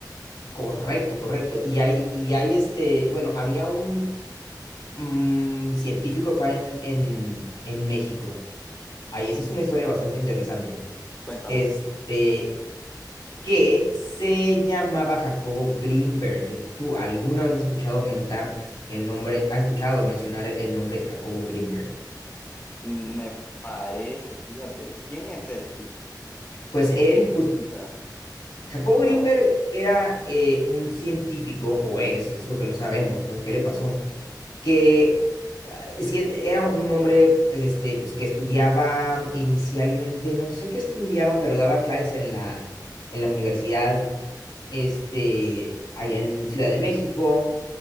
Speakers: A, on the left; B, on the left.
A: Correcto, correcto. Y hay, y hay este, bueno, había un, mm, científico acá en, en, en México. Ahí, esa es una historia bastante interesante.
B: Cuéntame,
A: Este, que se llamaba Jacobo Greenberg. ¿Tú alguna vez has escuchado mentar el nombre, has escuchado mencionar el nombre Jacobo Greenberg?
B: mm, me parece, fíjate, ¿quién es él? Sí,
A: Pues
B: Jacobo
A: él,
B: Greenberg.
A: jus- Jacobo
B: Ajá,
A: Greenberg era eh, un científico, o es, es lo que no sabemos, ¿no? ¿Qué le pasó? que eh, sí, era un hombre este, pues, que estudiaba inicialmente, no sé qué estudiaba, pero daba clases en la, en la universidad este, allá en Ciudad de México.